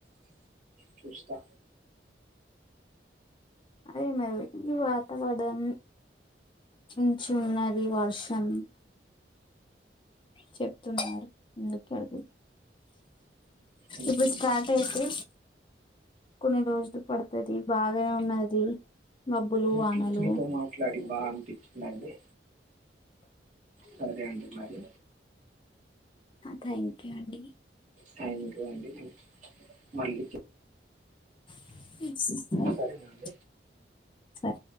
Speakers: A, on the right; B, on the left.
A: చూస్తా
B: అదే మరి ఈ వాతవదం కొంచుం నది వర్షం చెప్తున్నారు ఎందుకెడుదు
A: ఉమ్,
B: ఇప్పుడు స్టార్ట్ అయితే కొన్ని రోజులు పడుతుది బాగనే ఉన్నది మబ్బులు వానలు
A: చిట్టీతో మాట్లాడి బా అనిపిచ్చిందండి సరే అండి మరి
B: థ్యాంక్ యూ అండి
A: థాంక్యూ అండి మళ్ళీ <inaudible>
B: సర
A: సరేనా అండి
B: స